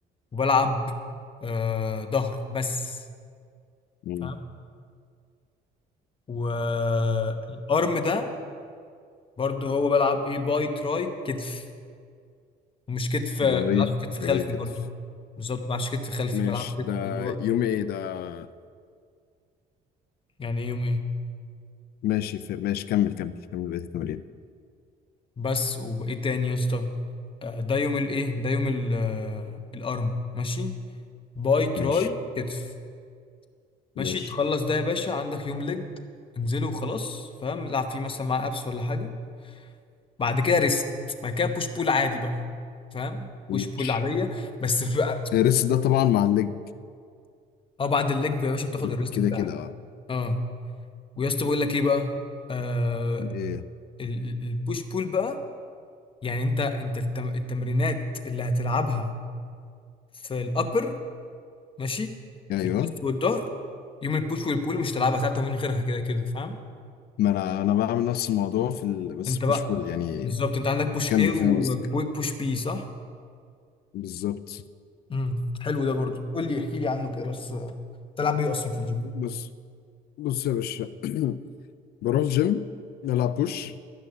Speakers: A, on the left; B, on the left.
A: وبلعب آه ظهر بس
B: امم
A: فاهم والارم ده برضو هو بلعب ايه باي تراي كتف ومش كتف
B: باي
A: ما بلعبش كتف خلفي
B: راي كتف
A: برضه بالظبط ما بلعبش كتف خلفي
B: ماشي
A: بلعب كتف
B: ده
A: اللي هو
B: يوم ايه ده
A: يعني ايه يوم ايه
B: ماشي في... ماشي كمل كمل كمل بقية التمارين
A: بس وايه تاني يا اسطى آه، ده يوم الايه ده يوم ال- آه، الارم ماشي باي تراي
B: ماشي
A: كتف ماشي
B: ماشي
A: تخلص ده يا باشا عندك يوم ليج انزله وخلاص فاهم العب فيه مثلا مع ابس ولا حاجه بعد كده ريست بعد كده بوش بول عادي بقى فاهم
B: ماشي
A: بوش بول عاديه بس في
B: الريست ده طبعا مع الليج
A: اه بعد الليج يا باشا بتاخد
B: كده
A: الريست
B: كده
A: بتاعك
B: كده، اه
A: اه ويا اسطى بقول لك ايه بقى آه،
B: ايه
A: البوش بول بقى يعني انت انت التم- التمرينات اللي هتلعبها في الابر ماشي
B: ايوه
A: في الشيست والظهر يوم البوش والبول مش هتلعبها ثلاثة من غيرها كده كده فاهم
B: ما انا انا بعمل نفس الموضوع في ال... بس
A: انت
B: بوش
A: بقى
B: بول يعني
A: بالظبط انت عندك بوش
B: كمل
A: ايه
B: فاهم
A: وبوش
B: قصدك
A: بي صح
B: بالظبط
A: امم حلو ده برضو قول لي احكي لي عنه كده بس آه، تلعب ايه اصلا في الجيم
B: بص بص يا باشا <clears throat> بروح جيم بلعب بوش